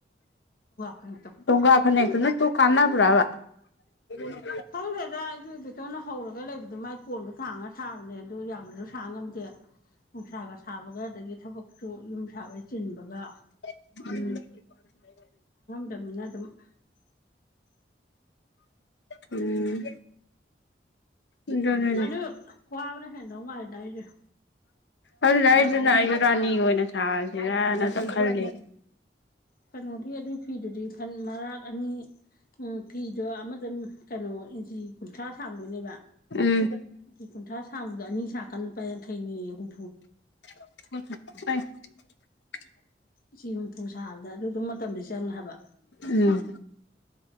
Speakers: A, on the left; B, on the left.
A: ꯐꯅꯦꯛꯇꯣ
B: ꯇꯣꯡꯒ ꯐꯥꯅꯦꯛꯇꯣ ꯀꯥꯟꯅꯕꯔ꯭ꯕ <unintelligible>
A: ꯈꯡꯗꯦꯗꯥ ꯑꯩꯁꯨ ꯏꯕꯦꯇꯣꯟꯅ ꯍꯧꯔꯒ ꯂꯩꯕꯗꯨ ꯃꯥꯏ ꯀꯣꯟꯗꯨ ꯊꯥꯡꯉ ꯁꯥꯕꯅꯦ ꯑꯗꯨ ꯌꯥꯝꯅꯁꯨ ꯁꯥ ꯉꯝꯗꯦ ꯅꯨꯡꯁꯥꯒ ꯁꯥꯕꯒ ꯑꯗꯒꯤ ꯊꯕꯛꯁꯨ ꯌꯨꯝ ꯁꯥꯕꯩ ꯆꯤꯟꯕꯒ
B: <unintelligible>
A: <unintelligible>
B: ꯎꯝ ꯑꯗꯨꯅꯤꯅꯦ
A: ꯑꯗꯨ ꯋꯥꯕꯅ ꯍꯦꯟ <unintelligible> ꯃꯥꯜꯂꯤꯗ ꯑꯩꯗꯤ
B: ꯑꯗꯨꯅ ꯑꯩꯖꯨꯅ ꯑꯩꯁꯨ ꯔꯥꯁꯤ ꯑꯣꯏꯅ ꯁꯥꯔꯁꯤꯔꯅ ꯈꯜꯂꯤꯅꯤ
A: ꯀꯩꯅꯣꯒꯤ ꯑꯗꯨꯏ ꯐꯤꯗꯨꯗꯤ ꯐꯟ ꯃꯔꯥꯛ ꯑꯅꯤ ꯎꯝ ꯐꯤꯗꯣ ꯑꯃꯗ ꯀꯩꯅꯣ ꯏꯟꯆꯤ ꯀꯨꯟꯊ꯭ꯔꯥ ꯁꯥꯡꯗꯣꯏꯅꯦꯕꯥ
B: ꯎꯝ
A: ꯎꯝ ꯀꯨꯟꯊ꯭ꯔꯥ ꯁꯥꯡꯕꯗꯣ ꯑꯅꯤ ꯁꯥꯀꯥꯟꯗ ꯂꯨꯄꯥ ꯌꯥꯡꯈꯩꯅꯦꯌꯦ ꯍꯨꯝ
B: <inaudible> <unintelligible>
A: ꯆꯤ ꯍꯨꯝꯐꯨ ꯁꯥꯕꯗ ꯑꯗꯨ ꯗꯨꯝ ꯃꯇꯝꯗꯤ ꯆꯪꯉꯦ ꯍꯥꯏꯕ
B: ꯎꯝ